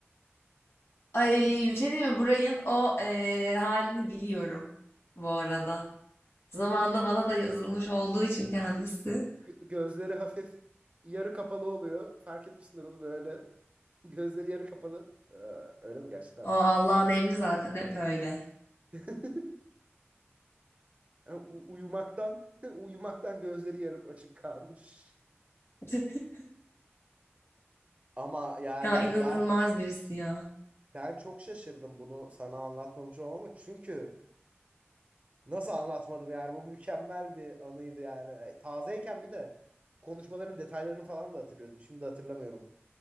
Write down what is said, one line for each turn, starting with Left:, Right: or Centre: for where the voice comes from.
Left: Ay bir şey diyeyim mi? Burayın o eee, halini biliyorum bu arada. Zamanında bana da yazılmış olduğu için kendisi.
Right: Gö- gözleri hafif yarı kapalı oluyor. Fark etmişsindir onu böyle. <laughs> Gözleri yarı kapalı. Aa, öyle mi gerçekten
Left: O
Right: mi?
Left: Allah'ın emri zaten hep öyle.
Right: <laughs> Yani u- uyumaktan <laughs> uyumaktan gözleri yarım açık kalmış.
Left: <laughs>
Right: Ama yani
Left: Ya inanılmaz
Right: ben
Left: birisi ya.
Right: Ben çok şaşırdım bunu sana anlatmamış olmama. Çünkü nasıl anlatmadım yani bu mükemmel bir anıydı yani. E, Tazeyken bir de konuşmaların detaylarını falan da hatırlıyordum. Şimdi hatırlamıyorum.